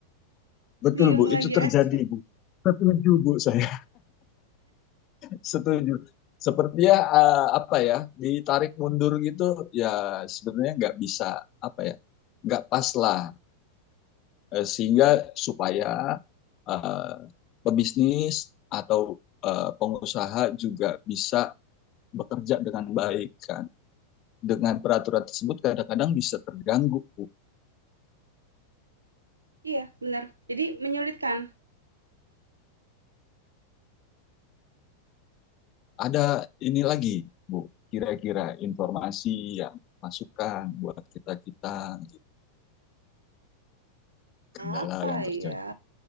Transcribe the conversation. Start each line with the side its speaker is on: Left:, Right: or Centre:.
Left: Betul,
Right: <laughs> Bingung
Left: Bu.
Right: lagi
Left: Itu terjadi,
Right: aja.
Left: Bu. Setuju, Bu. Saya <laughs> setuju. Sepertinya eh, apa ya, ditarik mundur gitu, ya sebenarnya nggak bisa, apa ya, nggak pas lah. eh, sehingga supaya eh, pebisnis atau eh, pengusaha juga bisa bekerja dengan baik kan dengan peraturan tersebut kadang-kadang bisa terganggu Bu.
Right: Iya, benar. Jadi menyulitkan.
Left: ada ini lagi Bu kira-kira informasi yang masukan buat kita kita gitu. kendala
Right: Apa
Left: yang terjadi
Right: ya?